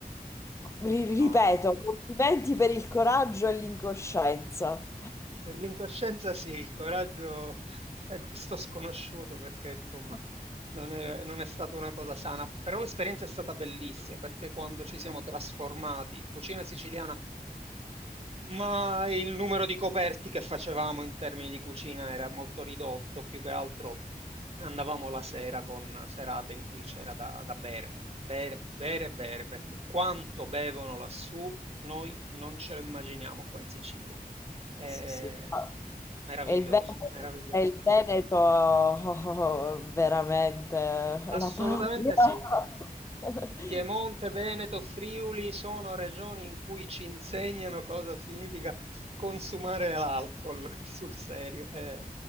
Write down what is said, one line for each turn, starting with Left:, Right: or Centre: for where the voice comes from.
Left: ri- ripeto,
Right: No, non...
Left: complimenti per il coraggio e l'incoscienza.
Right: Per l'incoscienza sì, il coraggio <laughs> è questo sconosciuto perché insomma
Left: <laughs>
Right: non è, non è stata una cosa sana, però l'esperienza è stata bellissima perché quando ci siamo trasformati, cucina siciliana ma il numero di coperti che facevamo in termini di cucina era molto ridotto, più che altro andavamo la sera con serate in cui c'era da, da bere, bere, bere, bere, perché quanto bevono lassù noi non ce lo immaginiamo qua in Sicilia. È
Left: Sì, sì, sì.
Right: meraviglioso,
Left: E il Veneto,
Right: meraviglioso.
Left: e il Veneto, oh, oh, oh, veramente la
Right: Assolutamente
Left: patria.
Right: sì.
Left: <laughs>
Right: Piemonte, Veneto, Friuli sono regioni in cui ci insegnano cosa significa consumare l'alcol <laughs> sul serio, è